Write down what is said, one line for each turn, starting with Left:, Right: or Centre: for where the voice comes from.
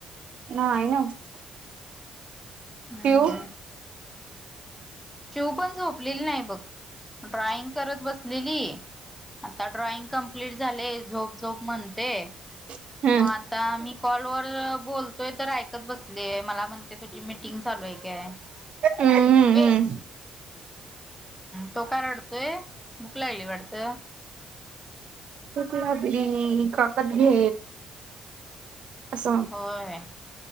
Right: नाही नव्ह,
Centre: हम्म
Right: पिऊ,
Centre: पिऊ पण झोपलेली नाही बघ, ड्रॉईंग करत बसलेली, आता ड्रॉइंग कम्प्लीट झाले, झोप झोप म्हणते,
Right: हम्म
Centre: मग आ आता मी कॉलवरर बोलतोय तर, ऐकत बसले मला म्हणते तुझी मीटिंग चालू आहे काय,
Right: हम्म हम्म
Centre: एक, तो काय रडतोय, भूक लागली वाटत.
Right: हम काकत घे, अस,
Centre: होय